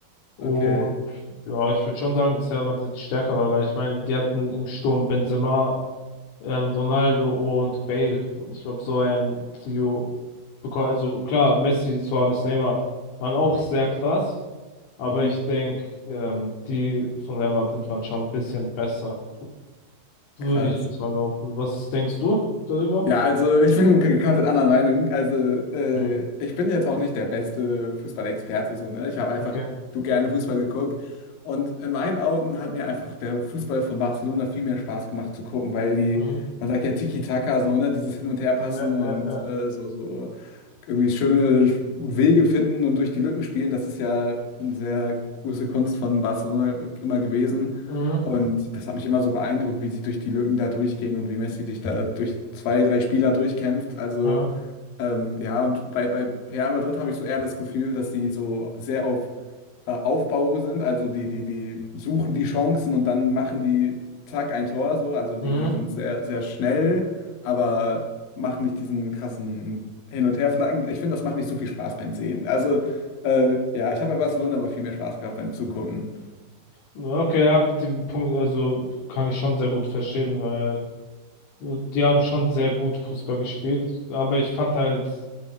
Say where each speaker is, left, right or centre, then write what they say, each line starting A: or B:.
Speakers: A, on the left; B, on the left.
A: Und
B: Okay.
A: ja, ich würde schon sagen, dass Real Madrid stärker war, weil ich meine, die hatten im Sturm Benzema ähm, Ronaldo und Bale. Und ich glaube, so ein Trio bekommt, also klar, Messi, Suarez, Neymar waren auch sehr krass, aber
B: Mhm.
A: ich denke, ähm, die von Real Madrid waren schon ein bisschen besser. Würde
B: Krass.
A: ich jetzt mal behaupten. Was denkst du darüber?
B: Ja, also ich bin komplett anderer Meinung. Also äh,
A: Mhm.
B: ich bin jetzt auch nicht der beste Fußballexperte so, ne? Ich habe einfach
A: Okay.
B: du gerne Fußball geguckt. Und in meinen Augen hat mir einfach der Fußball von Barcelona viel mehr Spaß gemacht zu gucken, weil die,
A: Mhm.
B: man sagt ja Tiki-Taka, so, ne, dieses Hin- und Herpassen
A: Ja, äh,
B: und
A: äh.
B: äh, so, so irgendwie schöne Wege finden und durch die Lücken spielen, das ist ja eine sehr große Kunst von Barcelona immer gewesen.
A: Mhm.
B: Und das hat mich immer so beeindruckt, wie sie durch die Lücken da durchgehen und wie Messi sich da durch zwei, drei Spieler durchkämpft. Also
A: Ja.
B: ähm, ja, und bei, bei Real Madrid habe ich so eher das Gefühl, dass die so sehr auf äh, Aufbau sind. Also die, die, die suchen die Chancen und dann machen die zack ein Tor so. Also die,
A: Mhm.
B: die sind sehr, sehr schnell, aber machen nicht diesen krassen Hin- und Herflanken. Ich finde, das macht nicht so viel Spaß beim Sehen. Also äh, ja, ich habe bei Barcelona immer viel mehr Spaß gehabt beim Zugucken.
A: Ja, Okay, ja, den Punkt, also kann ich schon sehr gut verstehen, weil die haben schon sehr gut Fußball gespielt, aber ich fand halt